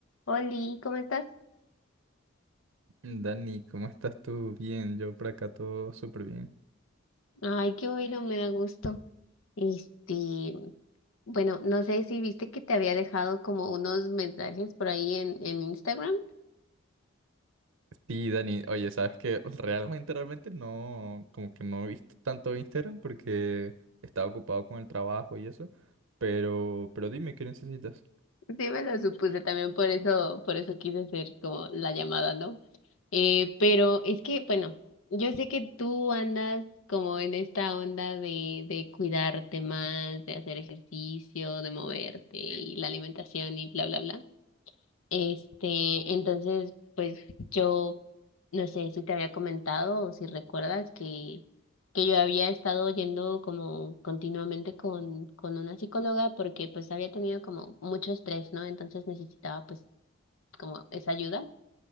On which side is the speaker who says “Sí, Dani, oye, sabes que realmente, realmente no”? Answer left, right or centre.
Right